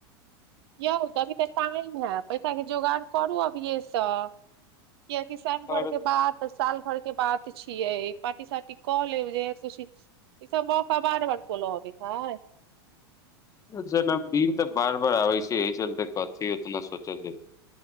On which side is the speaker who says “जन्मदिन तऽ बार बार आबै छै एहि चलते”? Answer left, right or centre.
Left